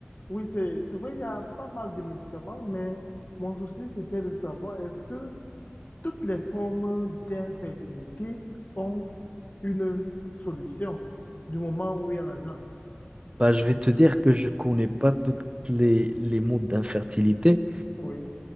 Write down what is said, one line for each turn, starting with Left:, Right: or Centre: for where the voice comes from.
Left: oui, c'est, c'est vrai, il y a pas mal de médicaments, mais mon souci, c'était de savoir est-ce que Toutes les formes d'infertilité ont une solution du moment où il y a l'argent.
Right: bah, je vais te dire que je connais pas toutes les, les modes d'infertilité.
Left: Oui,